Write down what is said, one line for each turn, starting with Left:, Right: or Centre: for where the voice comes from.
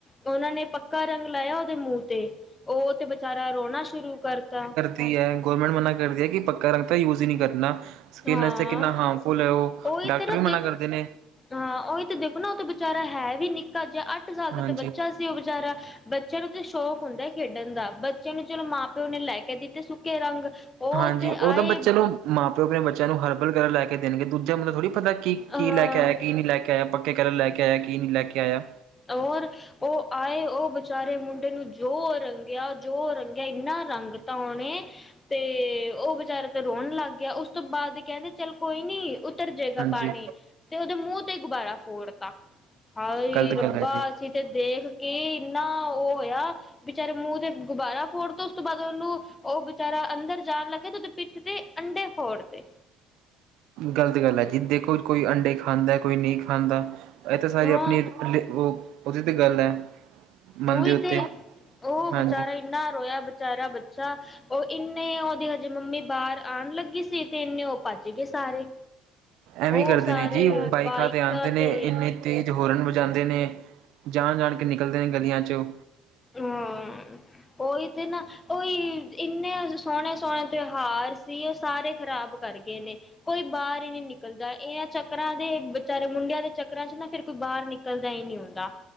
Left: ਉਹਨਾਂ ਨੇ ਪੱਕਾ ਰੰਗ ਲਾਇਆ ਉਹਦੇ ਮੂੰਹ ਤੇ ਉਹ ਤੇ ਬਚਾਰਾ ਰੋਣਾ ਸ਼ੁਰੂ ਕਰਤਾ
Right: ਗੌਰਮੈਂਟ ਮੰਨਾ ਕਰਦੀ ਹੈ ਕਿ ਪੱਕਾ ਰੰਗ ਦਾ ਯੂਜ ਹੀ ਨਹੀਂ ਕਰਨਾ ਸਕਿੰਨਾ
Left: ਹਾਂ
Right: ਵਾਸਤੇ ਹਮਫੁੱਲ ਹੈ। ਉਹ
Left: ਉਹੀ
Right: ਡਾਕਟਰ
Left: ਤੇ ਨਾ
Right: ਵੀ ਮਨਾ
Left: ਦੇ
Right: ਕਰਦੇ ਨੇ
Left: ਹਾਂ ਉਹੀ ਤੇ ਦੇਖੋ ਨਾ ਉਹ ਤੇ ਬੇਚਾਰਾ ਹੈ। ਵੀ ਨਿੱਕਾ ਜਿਹਾ ਅੱਠ ਸਾਲ
Right: ਹਾਂਜੀ
Left: ਦਾ ਤਾਂ ਬੱਚਾ ਸੀ। ਉਹ ਵਿਚਾਰਾ ਬੱਚਿਆਂ ਨੂੰ ਤਾਂ ਸ਼ੌਕ ਹੁੰਦਾ ਖੇਡਣ ਦਾ ਬੱਚਿਆਂ ਨੂੰ ਚਲੋ ਮਾਂ ਪਿਓ ਨੇ ਲੈ ਕੇ ਦਿੱਤੇ ਸੁੱਕੇ ਰੰਗ ਉਹ
Right: ਹਾਂਜੀ
Left: ਤੇ
Right: ਉਹ
Left: ਆਏ
Right: ਤਾਂ ਬ ਚਲੋ ਮਾਂ ਪਿਓ ਆਪਣੇ ਬੱਚਿਆਂ ਨੂੰ ਹਰਬਲ ਵਗੈਰਾ ਲੈ ਕੇ ਦੇਣਗੇ ਦੂਜਾ ਬੰਦਾ ਥੋੜੀ ਪਤਾ ਕੀ
Left: ਅਹ
Right: ਲੈ ਕੇ ਆਇਆ ਕੀ ਨਹੀਂ ਲੈ ਕੇ ਆਇਆ ਪੱਕੇ ਕਲਰ ਲੈ ਕੇ ਆਇਆ ਕੀ ਨਹੀਂ ਲੈ ਕੇ ਆਇਆ
Left: ਹੋਰ ਉਹ ਆਏ ਉਹ ਵਿਚਾਰੇ ਮੁੰਡੇ ਨੂੰ ਜੋ ਰੰਗਿਆ, ਜੋ ਰੰਗਿਆ ਇੰਨਾ ਰੰਗ ਤਾਂ ਉਹਨੇ ਤੇ ਉਹ ਵਿਚਾਰਾ ਤੇ ਰੋਣ ਲੱਗ ਗਿਆ ਉਸ ਤੋਂ ਬਾਅਦ ਕਹਿੰਦੇ ਚੱਲ ਕੋਈ ਨੀ ਉੱਤਰ ਜਾਏਗਾ
Right: ਹਾਂਜੀ
Left: ਪਾਣੀ ਤੇ ਉਹਦੇ ਮੂੰਹ ਤੇ ਗੁਬਾਰਾ ਫੋੜਤਾ ਹਾਏ
Right: ਗ਼ਲਤ
Left: ਰੱਬਾ
Right: ਗੱਲ ਹੈ ਜੀ
Left: ਅਸੀਂ ਤੇ ਦੇਖ ਕੇ ਇੰਨਾ ਉਹ ਹੋਇਆ ਬਚਾਰੇ ਮੂੰਹ ਤੇ ਗੁਬਾਰਾ ਫੋੜ ਤੇ ਉਸ ਤੋਂ ਬਾਅਦ ਉਹਨੂੰ ਉਹ ਬਚਾਰਾ ਅੰਦਰ ਜਾਣ ਲੱਗੇ ਤੇ ਉਹਦੇ ਪਿੱਠ ਤੇ ਅੰਡੇ ਫੋੜ ਤੇ
Right: ਗਲਤ ਗੱਲ ਹੈ ਜੀ ਦੇਖੋ ਕੋਈ ਅੰਡੇ ਖਾਂਦਾ ਕੋਈ ਨਹੀਂ ਖਾਂਦਾ ਇਹ ਤਾਂ ਸਾਰੇ
Left: ਹਾਂ
Right: ਆਪਣੇ ਉਹ ਉਹਦੇ ਤੇ ਗੱਲ ਹੈ ਮਨ
Left: ਉਹੀ
Right: ਦੇ ਉੱਤੇ
Left: ਤੇ ਉਹ ਵਿਚੇਰਾ
Right: ਹਾਂਜੀ
Left: ਇੰਨਾ ਰੋਇਆ ਵਿਚੇਾਰਾ ਬੱਚਾ ਉਹ ਇੰਨੇ ਉਹਦੀ ਹਜੇ ਮੰਮੀ ਬਾਹਰ ਆਉਣ ਲੱਗੀ ਸੀ ਤੇ ਇੰਨੇ ਉਹ ਭੱਜ ਸੀਗੇ ਸਾਰੇ
Right: ਐਵੇਂ
Left: ਉਹ
Right: ਕਰਦੇ
Left: ਸਾਰੇ
Right: ਨੇ ਜੀ
Left: ਬਾਈਕਾਂ
Right: ਆਉਂਦੇ ਨੇ
Left: ਤੇ
Right: ਇੰਨੇ ਤੇਜ਼ ਹਰਨ ਵਜਾਉਂਦੇ ਨੇ ਜਾਣ ਜਾਣ ਕੇ ਨਿਕਲਦੇ ਨੇ ਗਲੀਆਂ ਚ
Left: ਹੂ ਉਹੀ ਤੇ ਨਾ ਉਹੀ ਇੰਨੇ ਸੋਹਣੇ ਸੋਹਣੇ ਤਿਉਹਾਰ ਸੀ ਉਹ ਸਾਰੇ ਖ਼ਰਾਬ ਕਰ ਗਏ ਨੇ ਕੋਈ ਬਾਹਰ ਹੀ ਨੀ ਨਿਕਲਦਾ ਇਹਨਾਂ ਚੱਕਰਾਂ ਦੇ ਵਿਚਾਰੇ ਮੁੰਡਿਆਂ ਦੇ ਚੱਕਰਾਂ ਚ ਨਾ ਫਿਰ ਕੋਈ ਬਾਹਰ ਨਿਕਲ ਨਿਕਲਦਾ ਹੀ ਨਹੀਂ ਹੁੰਦਾ